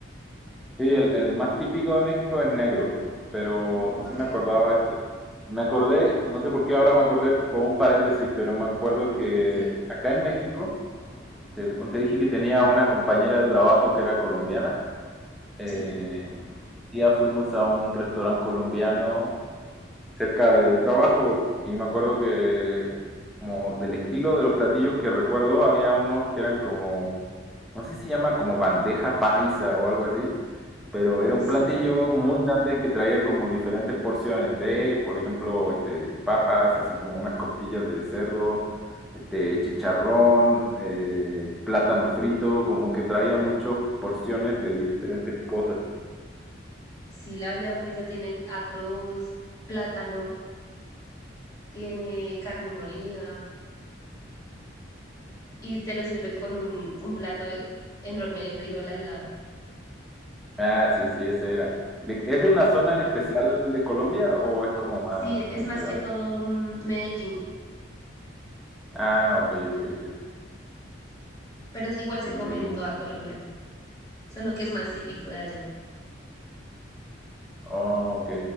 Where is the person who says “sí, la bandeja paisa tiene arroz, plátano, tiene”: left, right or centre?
Left